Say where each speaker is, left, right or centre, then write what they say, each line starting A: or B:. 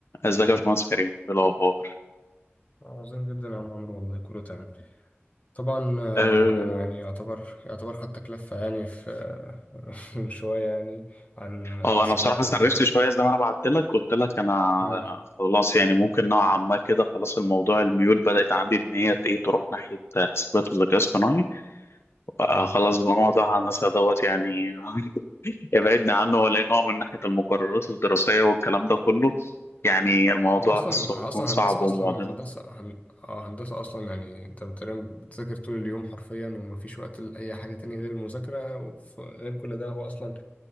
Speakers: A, on the left (about 65°); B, on the left (about 35°).
A: ازيك يا باشمهندس كريم ايه الاخبار
B: عظيم جدا يا عم عمرو والله كله تمام طبعا آه،
A: اه
B: انا يعني يعتبر يعتبر خدتك لفه يعني في <laughs> من شويه يعني عن
A: آه،
B: حاسبات
A: انا بصراحه استنرفت
B: و
A: شويه زي ما انا بعت لك قلت لك انا
B: مم،
A: خلاص يعني ممكن نوعا ما كده خلاص الموضوع الميول بدات عندي ان هي ايه تروح ناحيه حاسبات وذكاء اصطناعي آه،
B: مم.
A: خلاص بقى موضوع الناس دوت يعني <laughs> ابعدنا عنه ولا هو من ناحيه المقررات الدراسيه والكلام ده كله يعني الموضوع
B: هو اصلا
A: حاسه هيكون
B: اصلا
A: صعب
B: هندسه
A: ومعضله
B: اصلا هندسه هن... آه، هندسه اصلا يعني انت بتقريبا بتذاكر طول اليوم حرفيا ومفيش وقت لاي حاجه تانية غير المذاكره وغير كل ده هو اصلا